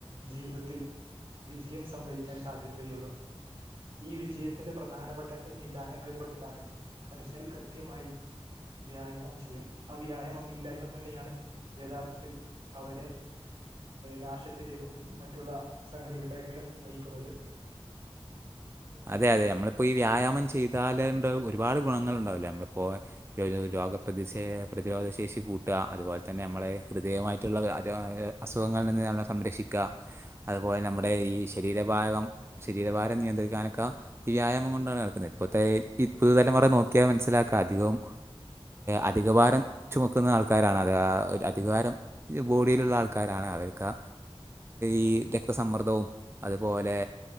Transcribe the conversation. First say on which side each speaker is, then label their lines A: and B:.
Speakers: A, on the right; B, on the right.
A: ജീവിതത്തിൽ വിജയം സംഭരിക്കാൻ സാധിക്കുകയുള്ളൂ. ഈ വിജയത്തിന്റെ പ്രധാനപ്പെട്ട എന്നദാനങ്ങളിൽ പെട്ടതാണ് മനുഷ്യര് കൃത്യമായി വ്യായാമം ചെയ്യൽ ആ വ്യായാമം ഇല്ലായ്മ തന്നെയാണ് യഥാർത്ഥത്തിൽ അവരെ നാശത്തിലേക്കും മറ്റുള്ള സംഗതികളേക്കെ നയിക്കുന്നത്
B: അതെ അതെ നമ്മളിപ്പോൾ ഈ വ്യായാമം <unintelligible> ഒരുപാട് ഗുണങ്ങൾ ഉണ്ടാവില്ലേ നമ്മളിപ്പോൾ രോഗ പ്രതിഷ പ്രതിരോധ ശേഷി കൂട്ടുക അതുപോലെ തന്നെ നമ്മളെ ഹൃദയമായിട്ട് മറ്റുള്ള അസുഖങ്ങളിൽ നിന്ന് നമ്മളെ സംരക്ഷിക്കുക അതുപോലെ നമ്മുടെ ഈ ശരീരഭാഗം ശരീരഭാരം നിയന്ത്രിക്കാനൊക്കെ ഈ വ്യായാമം കൊണ്ടാണ് നടക്കുന്നത് ഇപ്പോഴത്തെഈ പുതുതലമറ നോക്കി <unintelligible> മനസ്സിലാക്കുക അധികവും അധിക ഭാരം ചുമക്കുന്ന ആൾക്കാരാണ് അത് അധികാരം ബോഡിയിലുള്ള ആൾക്കാരാണ് അവർക്ക് ഈ രക്തസമ്മർദ്ദവും അതുപോലെ